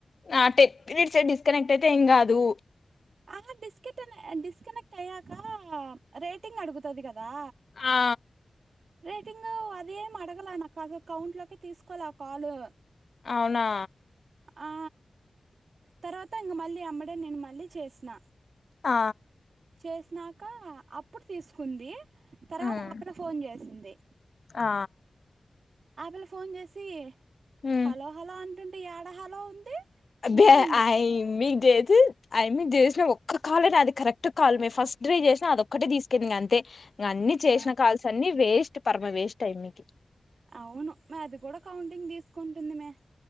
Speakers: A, on the left; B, on the right.
A: ఆ టెన్ మినిట్స్ ఏ డిస్కనెక్ట్ అయితే ఏం గాదు
B: ఆ డిస్కెట్ డిస్కనెక్ట్ అయ్యాక రేటింగ్ అడుగుతది గదా
A: ఆ
B: రేటింగు అదేం అడగలే నా కది కౌంట్లోకి తీసుకోలే కాల్
A: అవునా
B: ఆ తర్వాత ఇంగ మళ్ళీ యమ్మడే నేను మళ్ళీ చేసిన
A: ఆ
B: చేసినాక అప్పుడు తీసుకుంది తర్వాత
A: ఉమ్,
B: ఆపిల్లనే ఫోన్ జేసింది
A: ఆ
B: ఆపిల్ల ఫోన్ జేసి
A: ఉమ్.
B: హలో హలో అంటుంటే యెడ హలో ఉంది
A: అదే
B: ఇంగ పోయింది
A: మీకు జేసి ఆయమ్మి కి జేసిన ఒక్క కాలే నాది కరెక్ట్ కాల్ మే ఫస్ట్ డ్రీ జేసిన అది ఒక్కటే తీసుకుంది అంతే ఇగ అన్ని చేసిన
B: ఆ
A: కాల్స్ అన్ని వేస్ట్ పరమ వేస్ట్ అయినాయ్
B: అవును మాది గూడా కౌంటింగ్ తీసుకుంటుంది మే